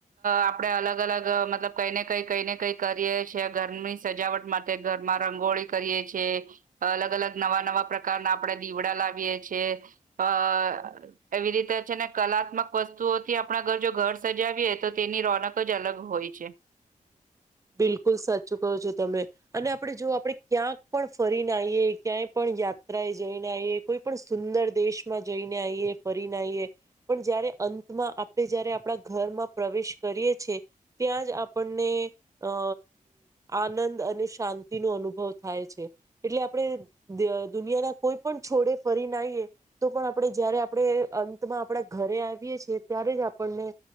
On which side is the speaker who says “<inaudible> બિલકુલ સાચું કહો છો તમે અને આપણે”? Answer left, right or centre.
Right